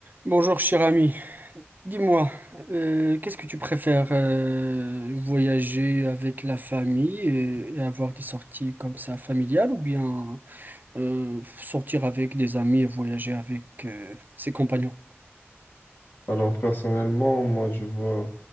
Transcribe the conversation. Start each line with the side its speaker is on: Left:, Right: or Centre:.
Right: Bonjour cher ami, dis-moi, euh, qu'est-ce que tu préfères euh, voyager avec la famille et, et avoir des sorties comme ça familiales ou bien euh, sortir avec des amis et voyager avec euh, ses compagnons?
Left: Alors personnellement, moi je vois